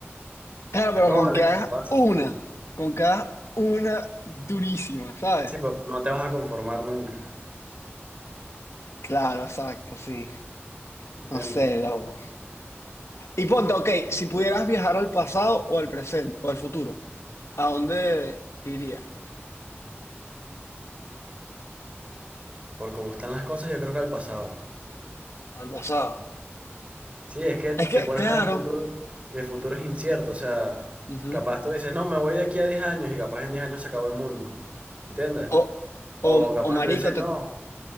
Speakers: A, on the left; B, on the right.
A: Claro, pero
B: Es probable
A: con que hagas
B: que eso pase.
A: una, con que hagas una durísima, ¿sabes?
B: Sí, pero no te vas a conformar nunca.
A: Claro, exacto, sí.
B: ¿Entiendes?
A: No sé, loco. Y ponte, ok, si pudieras viajar al pasado o al presente o al futuro, ¿a dónde irías?
B: Por cómo están las cosas, yo creo que al pasado.
A: Al pasado.
B: Sí, es que te
A: Es que,
B: pones
A: claro.
B: a ver el futuro y el futuro es incierto. O sea,
A: ujú.
B: capaz tú dices, no, me voy de aquí a 10 años y capaz en 10 años se acabó el mundo. ¿Entiendes?
A: O,
B: O
A: o,
B: capaz
A: o marico,
B: tú dices, no,
A: te-